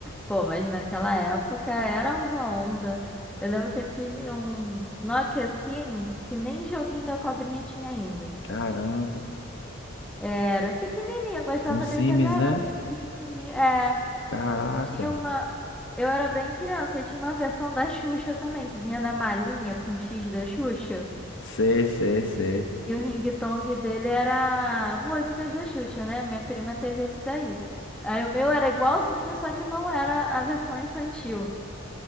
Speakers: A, in the centre; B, on the left (about 55°).
A: Pô, mas naquela época era uma onda. Eu lembro que eu tive um Nokia Sims que nem joguinho da cobrinha tinha ainda.
B: Caramba.
A: Era pequenininho, eu gostava
B: Um Sims,
A: dele, porque ele era
B: né?
A: pequenininho. É.
B: Caraca.
A: Tinha uma. Eu era bem criança e tinha uma versão da Xuxa também, que vinha na malinha com o X da Xuxa.
B: Sei, sei, sei.
A: E o ringtone dele era músicas da Xuxa, né? Minha prima teve esse daí. Aí o meu era igualzinho, só que não era a versão infantil.